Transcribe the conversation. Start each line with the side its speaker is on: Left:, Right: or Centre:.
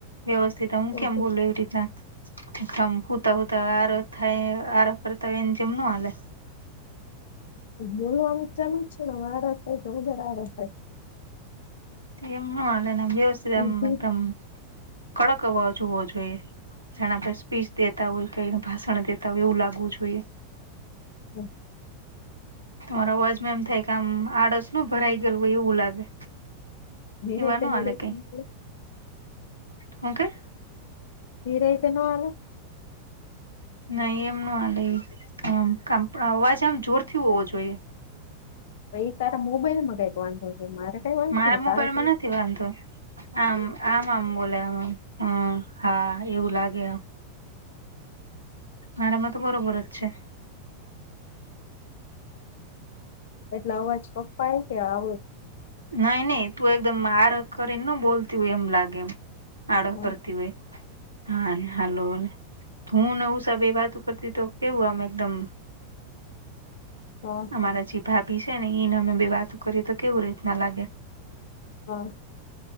Right: વ્યવસ્થિત હું કેમ
Left: તો
Right: બોલ એવી રીતના મ હૂતા હતા આરો થાય આરો કરતા હોય એને જેમ ન હાલે
Left: બોલવાનું ચાલુ જ છે આરો થાય કે વગર આરો થાય
Right: એમ નાને વ્યવસ્થિતમ
Left: ઈઝી
Right: એકદમ કડક અવાજ હોવો જોઈએ જાણે આપણે સ્પીચ દેતા હોય કે એને ભાષણ દેતા હોય એવું લાગવું જોઈએ
Left: હમ
Right: તમારો અવાજ માં એમ થાય કે આમ આળસ ન ભરાઈ ગયેલું હોય એવું લાગે એવાનું
Left: નિરાયતે ન
Right: હલે ક
Left: હાલે
Right: હું કે
Left: વરઈતા નવાલો
Right: નહી એમ ન હાલે આમ અવાજ આમ જોરથી હોવો જોઈએ
Left: એ તારા મોબાઈલ માં કઈક વાંધો છે મારે કઈ વાંધો
Right: મારા
Left: ન તારો
Right: મોબાઈલમાં નથી વાંધો આમ આમ આમ બોલે આમ આમ હમ હા એવું લાગે આમ મારામાં તો બરોબર જ છે
Left: એટલે અવાજ કપ્પાાય કે આવ
Right: નઈ નહી તું એકદમ આર કરીને ન બોલતી હોય એમ લાગે એમ આડહ
Left: હા
Right: કરતી હોય હા હાલો ને. હુંનેવું સાબ એ વાત કરતી તો કેવું આમ એકદમ
Left: હા
Right: અમારા જે ભાભી છે ને એને અમે બે વાતો કરીએ તો કેવું રીતના લાગે
Left: હા